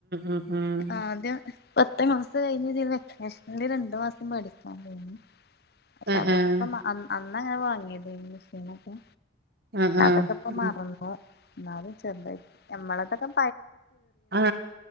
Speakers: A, on the right (about 60°); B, on the left (about 60°).
A: ഉം ഉം ഉം
B: ആദ്യം പത്ത് മാസം ഏയ്ഞ്ഞ് വെക്കേഷൽ. രണ്ടു മാസം പഠിക്കാൻ പോയിന്ന് പഷേ
A: ആഹ്
B: അതക്കെ
A: ആഹ്
B: ഇപ്പൊ മ അന്ന് ആ ന്നങ്ങനെ. വാങ്ങിയത്. മെഷീനൊക്കെ
A: ആഹ് ആഹ്
B: അതൊക്കെ പ്പം
A: ഉം
B: മറന്നു ന്നാലും. ചെറുതായി നമ്മളതൊക്കം
A: ആ,